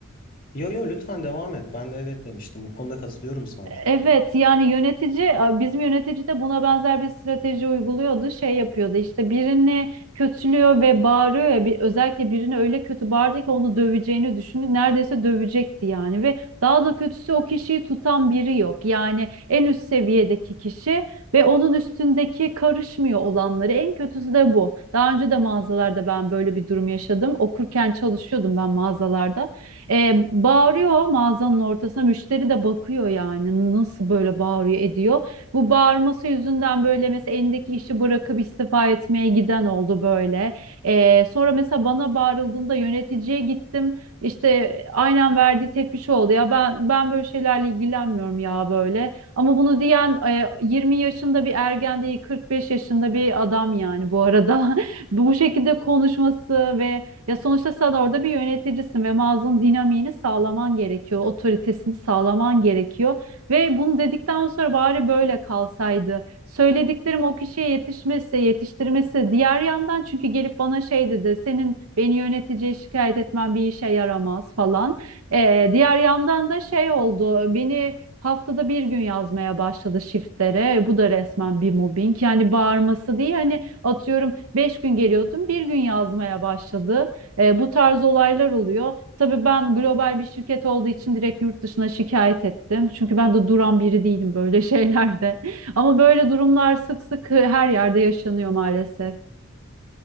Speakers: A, on the left; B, on the right.
A: Yo yo lütfen devam et. Ben de evet demiştim. Bu konuda katılıyorum sana çünkü.
B: Evet yani yönetici bizim yönetici de buna benzer bir strateji uyguluyordu. Şey yapıyordu işte birini kötülüyor ve bağırıyor ya bir, özellikle birini öyle kötü bağırdı ki onu döveceğini düşündü. Neredeyse dövecekti yani ve daha da kötüsü o kişiyi tutan biri yok. Yani en üst seviyedeki kişi ve onun üstündeki karışmıyor olanları. En kötüsü de bu. Daha önce de mağazalarda ben böyle bir durum yaşadım. Okurken çalışıyordum ben mağazalarda. E, bağırıyor mağazanın ortasına. Müşteri de bakıyor yani nasıl böyle bağırıyor ediyor. Bu bağırması yüzünden böyle mesela elindeki işi bırakıp istifa etmeye giden oldu böyle. E, sonra mesela bana bağırıldığında yöneticiye gittim. İşte aynen verdiği tepki şu oldu. Ya ben ben böyle şeylerle ilgilenmiyorum ya böyle. Ama bunu diyen e, 20 yaşında bir ergen değil 45 yaşında bir adam yani bu arada. <laughs> Bu şekilde konuşması ve ya sonuçta sen orada bir yöneticisin ve mağazanın dinamiğini sağlaman gerekiyor, otoritesini sağlaman gerekiyor ve bunu dedikten sonra bari böyle kalsaydı. Söylediklerim o kişiye yetişmezse yetiştirmesi. Diğer yandan çünkü gelip bana şey dedi, senin beni yöneticiye şikayet etmen bir işe yaramaz falan. Ee, diğer yandan da şey oldu, beni haftada bir gün yazmaya başladı shiftlere. Bu da resmen bir mobbing. Yani bağırması değil hani atıyorum 5 gün geliyordum bir gün yazmaya başladı. E, bu tarz olaylar oluyor. Tabii ben global bir şirket olduğu için direkt yurt dışına şikayet ettim. Çünkü ben de duran biri değilim böyle şeylerde. <laughs> Ama böyle durumlar sık sık her yerde yaşanıyor maalesef.